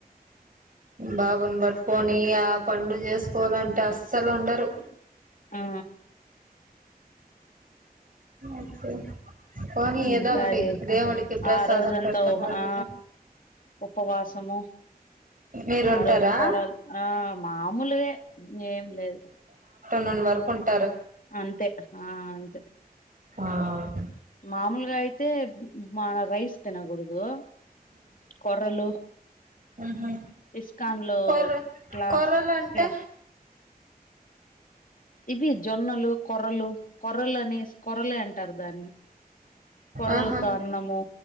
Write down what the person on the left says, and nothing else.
ఆ
ఇంకాది
ఆ రోజంతా
ఆ
ఉపవాసము
ఆ రోజు కూరలు ఆ మామూలువె ఏం లేదు
అంతే ఆ అంతే
మామూలుగా అయితే మన రైస్ తినకూడదు కొర్రలు
ఇస్కాన్ లో
క్లాస్
క్లా ఇవి జొన్నలు కొరలు కొరలని కొరళ అంటారు దా కొర్రలతో
అన్నము